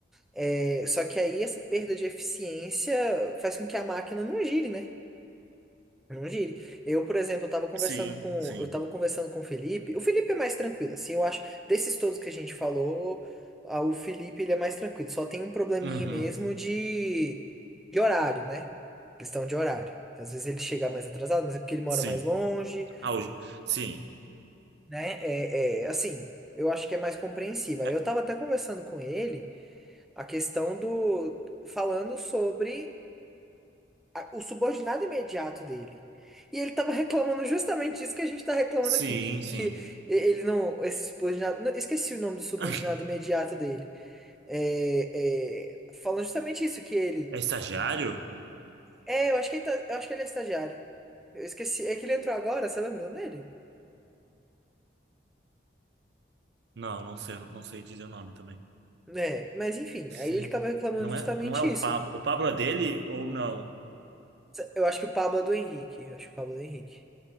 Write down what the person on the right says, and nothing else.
sim,
sim.
Uhum.
Sim.
Ah, hoje. Sim.
É,
sim,
sim.
<laughs>
É estagiário?
Não, não sei, não sei dizer o nome também.
Você...
Não
é, não é o
Pablo. O Pablo é dele ou não?